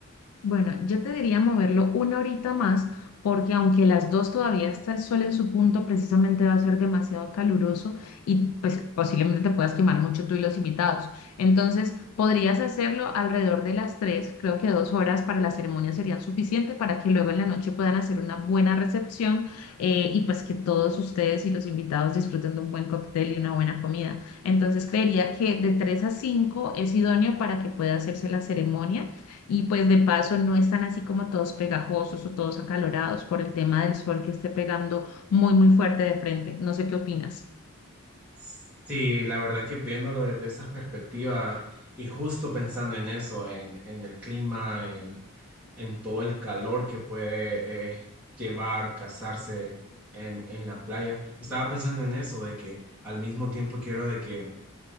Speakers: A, on the left (about 80°); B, in the centre.
A: Bueno, yo te diría moverlo una horita más porque aunque las dos todavía está el sol en su punto, precisamente va a ser demasiado caluroso y pues posiblemente te puedas quemar mucho tú y los invitados. Entonces, podrías hacerlo alrededor de las tres, creo que dos horas para la ceremonia serían suficiente para que luego en la noche puedan hacer una buena recepción eh, y pues que todos ustedes y los invitados disfruten de un buen cóctel y una buena comida. Entonces, creería que de tres a cinco es idóneo para que pueda hacerse la ceremonia y pues de paso no están así como todos pegajosos o todos acalorados por el tema del sol que esté pegando muy, muy fuerte de frente. No sé qué opinas.
B: Sí, la verdad que viéndolo desde esa perspectiva y justo pensando en eso, en, en el clima, en todo el calor que puede eh, llevar casarse en, en la playa. Estaba pensando en eso, de que al mismo tiempo quiero de que